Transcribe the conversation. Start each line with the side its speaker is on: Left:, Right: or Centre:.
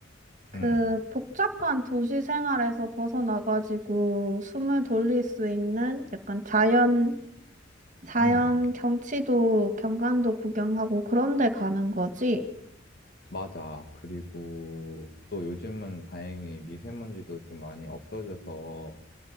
Right: 그
Left: 응,
Right: 복잡한 도시 생활에서 벗어나가지고 숨을 돌릴 수 있는 약간 자연, 자연
Left: 응.
Right: 경치도, 경관도 구경하고 그런 데 가는 거지?
Left: 맞아. 그리고 또 요즘은 다행히 미세먼지도 좀 많이 없어져서